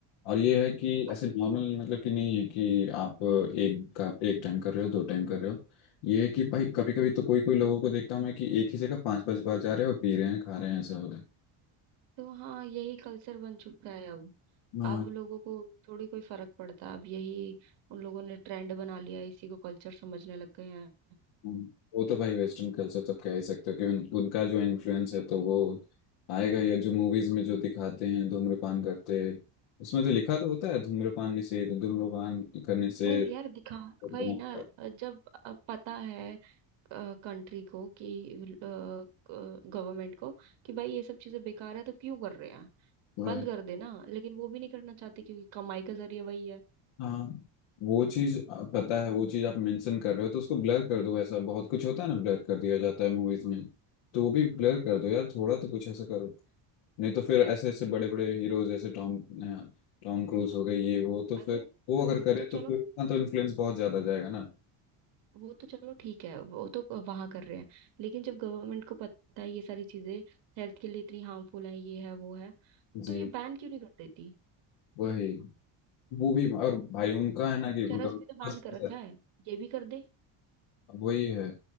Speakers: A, on the left; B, on the right.
A: और ये है कि ऐसे
B: अब
A: नॉर्मल मतलब कि नहीं है कि आप एक का एक टाइम कर रहे हो दो टाइम कर रहे हो ये है कि भाई कभी कभी तो कोई कोई लोगों को देखता हूँ मैं कि एक ही जगह पांच पांच बार जा रहे हो पी रहे हैं खा रहे हैं ऐसा हो रहा
B: तो हाँ यही कल्चर बन चुका है अब
A: है
B: अब लोगों को थोड़ी कोई फर्क पड़ता अब यही उन लोगों ने ट्रेंड बना लिया है, इसी को कल्चर समझने लग गए हैं
A: हम्म, वो तो भाई वेस्टर्न कल्चर तो कह ही सकते हो कि उन, उनका जो इन्फ्लुएंस है तो वो आएगा या जो मूवीज में जो दिखाते हैं धूम्रपान करते उसमें तो लिखा तो होता है धूम्रपान निषेध धूम्रपान करने से
B: पर यार दिखा
A: धूम-
B: वही ना जब अब पता है कंट्री को कि गवर्नमेंट को कि भाई ये सब चीजें बेकार है तो क्यों कर रहे हैं
A: right।
B: बंद कर देना लेकिन वो भी नहीं करना चाहते क्योंकि कमाई का जरिया वही है
A: हाँ वो चीज पता है वो चीज आप मेंशन कर रहे हो तो उसको ब्लर कर दो ऐसा बहुत कुछ होता है ना ब्लर कर दिया जाता है मूवीज में तो वो भी ब्लर कर दो यार थोड़ा तो कुछ ऐसा करो नहीं तो फिर ऐसे ऐसे बड़े बड़े हीरोज जैसे टॉम टॉम क्रूज हो गए ये वो तो फिर
B: अरे
A: वो अगर
B: वो
A: करे
B: तो
A: तो
B: चलो
A: फिर उतना तो इन्फ्लुएंस बहुत ज्यादा जाएगा ना
B: वो तो चलो ठीक है वो तो वहां कर रहे हैं लेकिन जब गवर्नमेंट को पता है ये सारी चीजें हेल्थ के लिए इतनी हार्मफुल है ये है वो है
A: जी
B: तो ये बैन क्यों नहीं कर देती
A: वही वो भी और भाई उनका है ना कि उनका
B: चरस
A: बस
B: भी तो बैन
A: पैसा
B: कर रखा
A: है
B: है ये भी कर दे
A: वही है